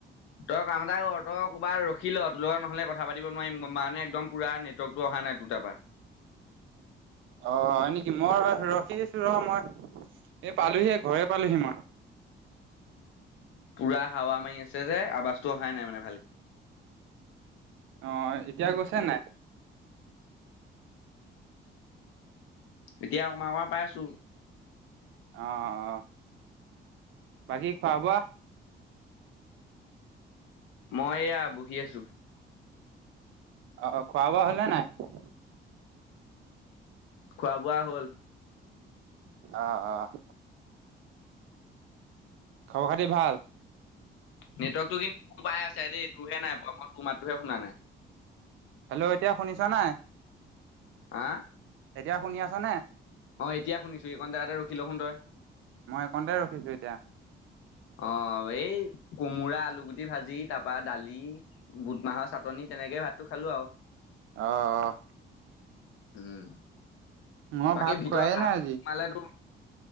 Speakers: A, on the left (about 85°); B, on the right (about 75°).
A: তই কাম এটা কৰ তই ক'ৰবাত ৰখি ল ত লগত নহলে কথা পাতিব নোৱাৰিম মানে একদম। পুৰা নেটৱৰ্কটো অহা নাই টোৰ পা।
B: অ হয় নেকি মই ৰখি আছো ৰ মই। এ পালোহি ঘৰে পালোহি মই
A: <unintelligible> পুৰা হাৱা মাৰি আছে যে আৱাজটো অহাই নাই মানে ভালকে
B: আহ এতিয়া গৈছে নাই
A: এতিয়া অকণমান-অকণমান পাইছোঁ <unintelligible>
B: অ-অ বাকী খোৱা-বোৱা
A: মই এয়া বহি আছোঁ
B: অ খোৱা-বোৱা হ'ল নে নাই?
A: খোৱা-বোৱা হ'ল
B: আহ-আহ খবৰ খাতি ভাল?
A: নেটৱৰ্কটো কিন্তু মোৰ পাই আছে দেই তোৰহে নাই পোৱা ম‌ই তোৰ মাতটো হে শুনা নাই
B: হেল্ল' এতিয়া শুনিছা নাই?
A: হা
B: এতিয়া শুনি আছ নে?
A: অ এতিয়া শুনিছো এইখন জেগাতে ৰখিল চোন ত‌ই
B: মই এইকণতে ৰখিছো এতিয়া
A: অ এই কোমোৰা, আলু গুটি ভাজি তাৰ পৰা দালি বুটমাহৰ চাটনি তেনেকে ভাতটো খালো <unintelligible>
B: আহ-আহ
A: উম
B: মই
A: বাকী
B: ভাত
A: ভিতৰত
B: খোৱাই
A: সাপ
B: নাই আজি
A: সোমালেতো